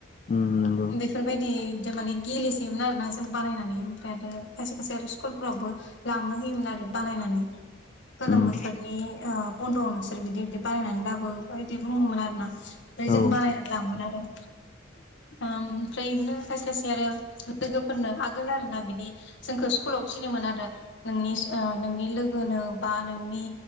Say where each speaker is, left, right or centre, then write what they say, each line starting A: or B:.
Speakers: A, on the left; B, on the left.
A: उम नंगौ
B: बेफोरबायदि जों माने गेलेसोयोमोन आर ना जों बानायनानै ओमफ्राय आरो खायसे खायसे आरो स्कुलफ्रावबो लांनो होयोमोन आरो बानायनानै। गोलोम
A: उम
B: बोथोरनि ओ बन्द'आव नोंसोर बिदि बिदि बारायनानै लाबो बेबायदि बुङोमोन आरोना। फ्राय
A: औ
B: जों बानायनानै लाङोमोन आरो। ओम ओमफ्राय इदिनो खायसे खायसे आरो लोगोफोरनो आगोल आरो ना बिदि जोंखो स्कुलाव थिनोमोन आरो नोंनि ओ नोंनि लोगोनो बा नोंनि